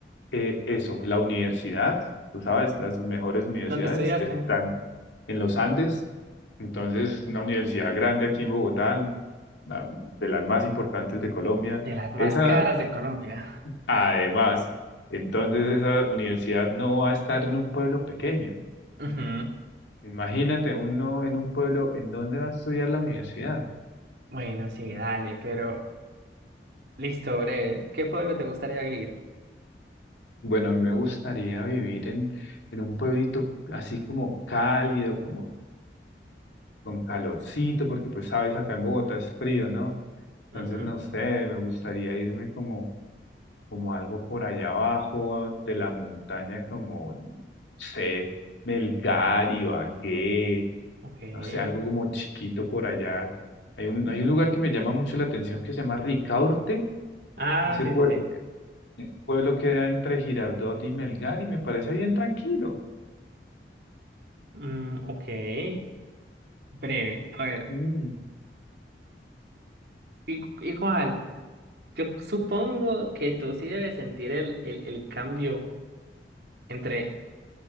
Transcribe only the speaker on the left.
eh, eso, la universidad. Tú sabes, las mejores universidades
están en los Andes. Entonces, una universidad grande aquí en Bogotá, la- de las más importantes de Colombia.
Esa
Además, entonces esa universidad no va a estar en un pueblo pequeño.
Imagínate uno en un pueblo, ¿en dónde va a estudiar la universidad?
Bueno, a mí me gustaría vivir en, en un pueblito así como cálido, como con calorcito, porque pues sabes, acá en Bogotá es frío, ¿no? Entonces,
no sé, me gustaría irme como, como algo por allá abajo de la montaña, como, no sé, Melgar, Ibagué,
no sé, algo como chiquito por allá. Hay un, hay un lugar que me llama mucho la atención que se llama Ricaurte.
Ese,
pue-
ese pueblo queda entre Girardot y Melgar y me parece bien tranquilo.
Ujú.